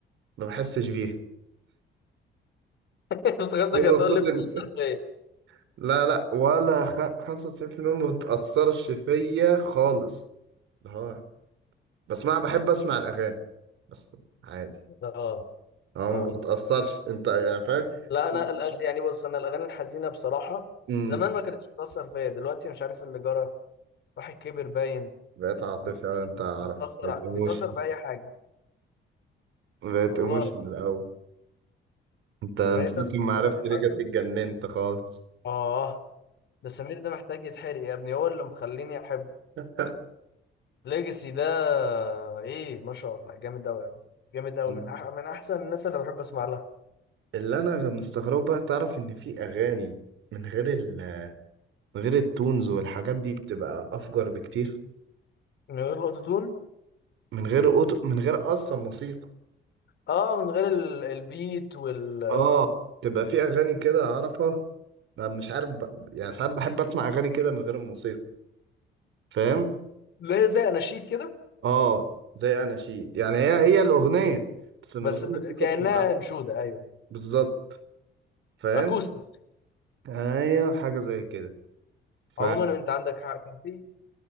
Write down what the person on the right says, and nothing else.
ما بحسش بيها
أنا
المفروض
إن-
لا لا ولا خ... 95% ما بتأثرش فيا خالص اللي هو بس ما بحب أسمع الأغاني بس عادي
أه
ما بتأثرش أنت يعني فاهم
<laughs>
أمم.
بقيت عاطفي
أوي أنت عارف
بقيت إيموشن
بقيت
إيموشن من الأول أنت
من ساعة
ما عرفت
ليجاسي اتجننت خالص
<laughs>
مم.
اللي أنا مستغربه بقى تعرف إن في أغاني من غير ال من غير التونز والحاجات دي بتبقى أفجر بكتير
من غير أوتو من غير أصلا موسيقى
آه تبقى في أغاني كده أعرفها أنا مش عارف ب... يعني ساعات بحب أسمع أغاني كده من غير الموسيقى فاهم؟
آه زي أناشيد يعني هي هي الأغنية بس من
غير
موسيقى
بتبقى أحلى.
بالظبط فاهم
ايوه حاجه زي كده ف